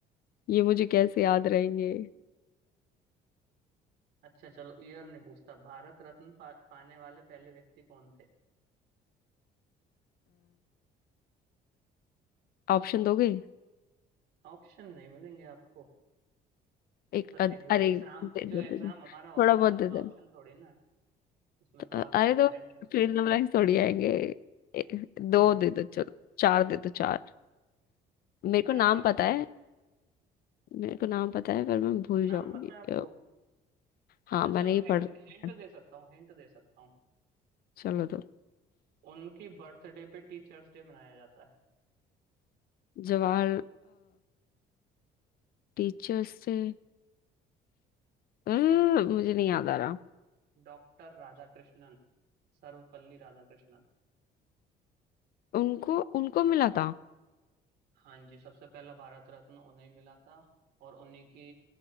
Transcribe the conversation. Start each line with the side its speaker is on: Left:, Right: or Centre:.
Left: ये मुझे कैसे याद रहेंगे
Right: अच्छा चलो ईयर नहीं पूछता भारत रत्न पा, पाने वाले पहले व्यक्ति कौन थे
Left: ऑप्शन दोगे
Right: ऑप्शन नहीं मिलेंगे आपको
Left: एक
Right: तो
Left: अद-
Right: एग-
Left: अरे
Right: एग्जाम
Left: दे
Right: जो
Left: दो दे
Right: एग्जाम
Left: दो
Right: हमारा होने
Left: थोड़ा बहुत
Right: वाला उसमें
Left: दे
Right: ऑप्शन
Left: दो
Right: थोड़ी ना है उसमें तो
Left: अ,
Right: आपको
Left: अरे तो
Right: डायरेक्ट जवाब
Left: फिर
Right: देना
Left: ब्लैंक्स थोड़ी आएंगे ए, दो
Right: <laughs>
Left: दे दो चलो चार दे दो चार मेरे को
Right: चार
Left: नाम
Right: ऑप्शन
Left: पता है मेरे को नाम पता है पर मैं भूल
Right: नाम
Left: जाऊंगी
Right: पता है आपको
Left: अ, हाँ
Right: अच्छा
Left: मैंने
Right: चलो मैं
Left: ये
Right: हिंट
Left: पढ़ रखा
Right: हिंट
Left: है
Right: दे सकता हूँ हिंट दे सकता हूँ
Left: चलो तो
Right: उनकी बर्थडे पे टीचर्स डे मनाया जाता है
Left: जवाहर टीचर्स से अ, मुझे नहीं याद आ रहा
Right: डॉक्टर राधाकृष्णन सर्वपल्ली राधाकृष्णन
Left: उनको उनको मिला था
Right: हाँ जी सबसे पहला भारत रत्न उन्हें मिला था और उन्हीं की